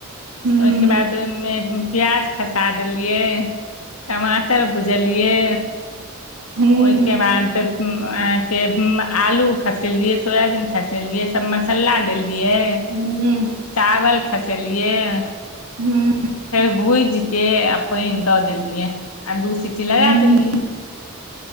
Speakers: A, on the right; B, on the left.
A: हूँ
B: ओहिके बाद ओहिमे प्याज खसा देलियै, टमाटर भुजलियै
A: हूँ
B: ओहिके बाद अहाँके आलू खसेलियै, सोयाबीन खसेलियै तब मसल्ला देलियै।
A: हूं
B: चावल खसेलियै।
A: हूँ
B: फेर भुजि क आ पाइन दऽ देलियै आ दू सीटी लगा
A: हूँ
B: देलियै।